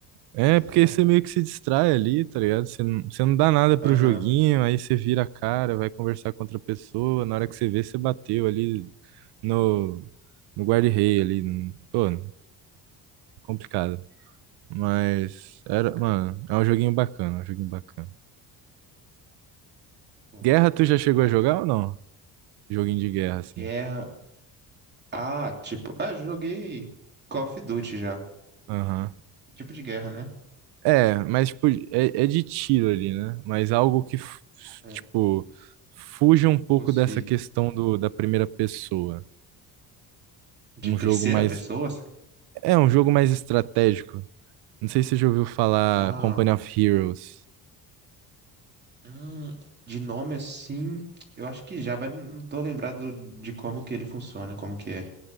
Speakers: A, on the right; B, on the right.
A: É,
B: né?
A: porque você
B: É.
A: meio que se distrai ali, tá ligado? Você não, você não dá nada pro
B: Aham.
A: joguinho, aí você vira a cara, vai conversar com outra pessoa. Na hora que você vê, você bateu ali no, no guarda-rei ali. no- Pô, complicado. Mas era, mano,
B: Ca-
A: é um joguinho bacana, é um joguinho bacana.
B: Pô,
A: Guerra, tu já chegou
B: bom.
A: a jogar ou não? Joguinho de guerra, assim.
B: Guerra. Ah, tipo. Ah, eu joguei Call of Duty já.
A: Aham.
B: Tipo de guerra, né?
A: É, mas tipo, é, é de tiro ali, né? Mas algo que, f-
B: É,
A: tipo, fuja um pouco
B: fosse
A: dessa questão do, da primeira pessoa.
B: de
A: Um
B: terceira
A: jogo mais.
B: pessoa?
A: É, um jogo mais estratégico. Não sei se você já ouviu falar
B: Ah.
A: Company of Heroes.
B: hum, de nome assim. Eu acho que já, mas não não tô lembrado de como que ele funciona, como que é.